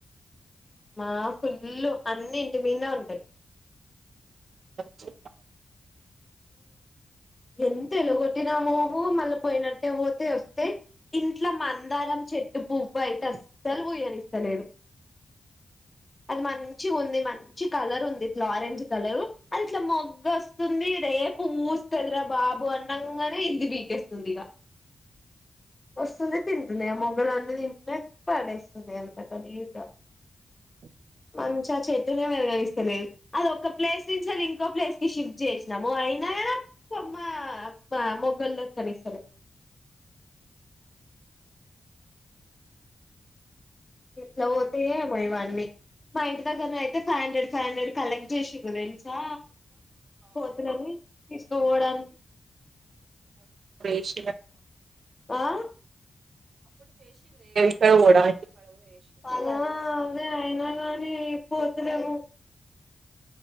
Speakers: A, on the left; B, on the right.
A: మా ఫుల్లు అన్నీ ఇంటి మీదే ఉంటాయి
B: సీ
A: ఎంత ఎలుగొట్టినా మోము మళ్ళీ పోయినట్టే పోతే వస్తే ఇంట్లో మా అందారం చెట్టు పూఫ అయితే అస్సలు పూయని ఇస్తలేదు అది మంచి ఉంది మంచి కలర్ ఉంది ఇట్లా ఆరెంజ్ కలరు అది ఇట్లా మొగ్గ వస్తుంది సేపు మూస్తదరా బాబు అన్నగానే ఇది పీకేస్తుంది ఇక వస్తుంది తింటున్నా ఆ మొగలన్నీ తింటున్నాయి పడేస్తుంది అందుకదా గా మంచిగా ఆ చెట్టునే పెరుగనిస్తలేరు అది ఒక ప్లేస్ నుంచి అది ఇంకో ప్లేస్ క షిఫ్ట్ జేసి నమో అయినా గానీ ఆ కొమ్మ మొగ్గలు దొర్కనిస్తలే ఎట్ల పోతయో ఏమో ఇవన్నీ మా ఇంటి దగ్గర అయితే five hundred five hundred collect చేసిండు తెలుసా పోతునని తీసుకోపోవడానికి
B: అేష్
A: ఆ
B: ఇక్కడ కూడాయి
A: అలా అదే అయినా గానీ పోతలేవు